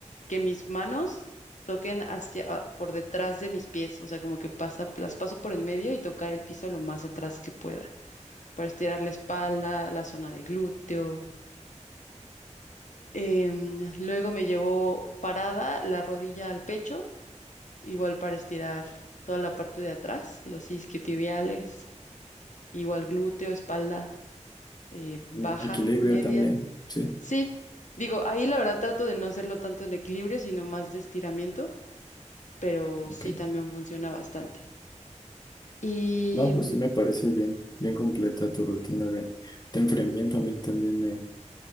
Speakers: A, on the left (about 75°); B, on the left (about 35°).
A: que mis manos toquen hacia ah, por detrás de mis pies. O sea, como que pasa, las paso por en medio y tocar el piso lo más atrás que pueda, para estirar la espalda, la zona de glúteo. Em, luego me llevo parada la rodilla al pecho igual para estirar toda la parte de atrás, los isquiotibiales, igual glúteo, espalda, eh, baja,
B: Mm, Equilibrio
A: media.
B: también, sí.
A: Sí, digo, ahí la verdad trato de no hacerlo tanto en equilibrio, sino más de estiramiento, pero
B: Ok.
A: sí también funciona bastante. Y,
B: No, pues
A: mm,
B: sí me parece bien, bien completa tu rutina de, de enfriamiento. A mí también me